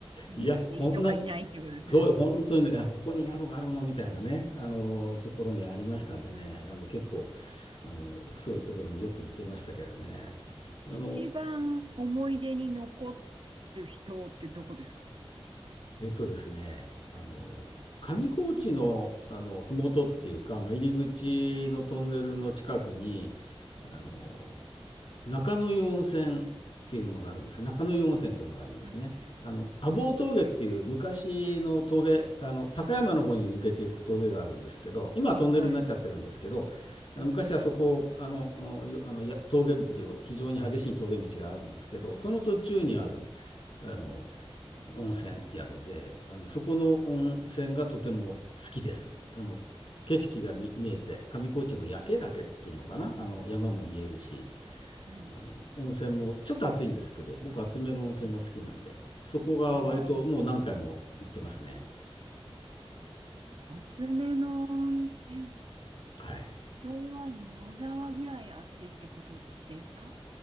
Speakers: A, on the right; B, on the left.
A: うん、
B: いや、
A: に人がいないっていうことですね。
B: こんな、そう、本当にね、あ、ここに宿があるのみたいなね、あの、ところにありましたんでね、あの、結構、あの、そういうところによく行ってましたけどね。あの、
A: 一番思い出に残る人ってどこですか
B: えっとですね、あの、上高地の、あの、ふもとっていうか、まあ、入り口のトンネルの近くに、あの、中野湯温泉っていうのがあるんです。中野湯温泉っていうのがあるんですね。
A: よんせん
B: あの、阿房峠っていう昔の峠、
A: うん。
B: あの、高山の方に抜けていく峠があるんですけど、今はトンネルになっちゃってるんですけど、
A: はい。
B: あの昔はそこ、
A: うん。
B: あの、うんあの、や峠道の非常に激しい峠道があるんですけど、その途中にある、あの、温泉宿で、あの、そこの温泉がとても好きです。あの、景色が見、見えて、上高地の夜景岳っていうのかな、あの、山も見えるし、
A: うん。
B: あの、温泉もちょっと暑いんですけど、僕、熱めの温泉が好きなんで、
A: うん
B: そこが割ともう何回も行ってますね。
A: ああ。熱めの温泉。
B: はい。
A: それは野沢ぐらい暑いってことですか